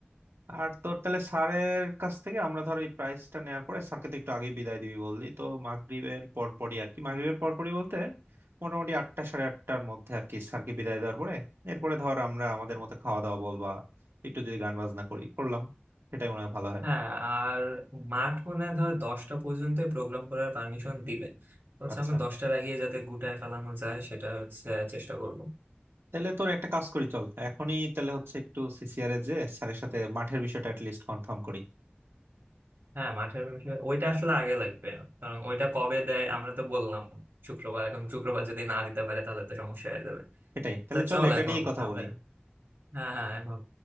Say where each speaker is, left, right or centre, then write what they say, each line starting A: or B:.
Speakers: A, on the right; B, on the right.
A: আর তোর তাহলে স্যারের কাছ থেকে আমরা ধর এই প্রাইসটা নেওয়ার পরে স্যারকে তো একটু আগেই বিদায় দিবি বললি তো মাগরিবের পরপরই আর কি মাগরিবের পরপরই বলতে মোটামুটি আটটা সাড়ে আটটার মধ্যে আর কি স্যারকে বিদায় দেওয়ার পরে এরপরে ধর আমরা আমাদের মতো খাওয়া দাওয়া বল বা একটু যদি গান বাজনা করি করলাম সেটাই মনে হয় ভালো হয়
B: হ্যাঁ আর মাঠ মনে হয় ধর দশটা পর্যন্ত প্রোগ্রাম করার পারমিশন দিবে হচ্ছে
A: আচ্ছা
B: আমরা দশটার আগে যাতে গুটায় ফেলানো যায় সেটা হচ্ছে চেষ্টা করব
A: তাহলে তোর একটা কাজ করি চল এখনই তাহলে হচ্ছে একটু সিসিআর এ যে স্যারের সাথে মাঠের বিষয়টা লিস্ট কনফার্ম করি
B: হ্যাঁ মাঠের বিষয়ে ওইটা আসলে আগে লাগবে কারণ ওইটা কবে দেয় আমরা তো বললাম শুক্রবার এখন শুক্রবার যদি না দিতে পারে তাহলে তো সমস্যা হয়ে যাবে
A: এটাই তাহলে
B: তা
A: চল
B: চল
A: এটা
B: এখন
A: নিয়েই কথা
B: আমরা
A: বলি
B: হ্যাঁ হ্যাঁ এখন